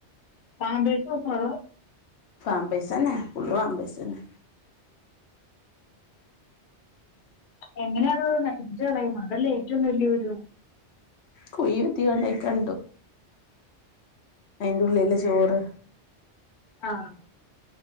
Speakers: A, on the left (about 50°); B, on the left (about 70°).
A: പാമ്പേഴ്സ് വെക്കോ ടോ
B: പാമ്പേഴ്സ് തന്നെ ഫുള്ള് പാമ്പേഴ്‌സ്‌തന്നെ
A: എങ്ങനെയത് നടിപ്പിച്ചച്ച് കളയുന്നു അതല്ലേ ഏറ്റവും വലിയൊരു
B: കുയ്യുതിങ്ങാണ്ട് അയക്കാംങ്ങട്ട് ടും അയിന്റെ ഉള്ളില് ചോറ്
A: ആഹ്